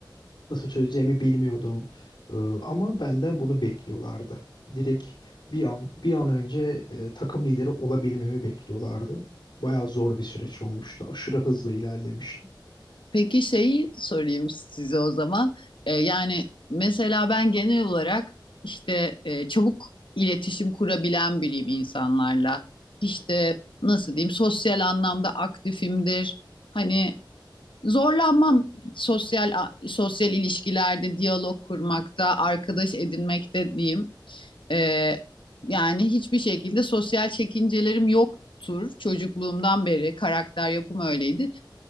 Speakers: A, on the left; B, on the left.
A: Nasıl çözeceğimi bilmiyordum. Ee, ama benden bunu bekliyorlardı. Direkt bir an bir an önce e, takım lideri olabilmemi bekliyorlardı. Bayağı zor bir süreç olmuştu. Aşırı hızlı ilerlemiştim.
B: Peki şeyi sorayım size o zaman. Ee, yani mesela ben genel olarak işte e, çabuk iletişim kurabilen biriyim insanlarla. İşte nasıl diyeyim sosyal anlamda aktifimdir. Hani zorlanmam sosyal sosyal ilişkilerde diyalog kurmakta, arkadaş edinmekte diyeyim. Ee, yani hiçbir şekilde sosyal çekincelerim yoktur. Çocukluğumdan beri karakter yapım öyleydi.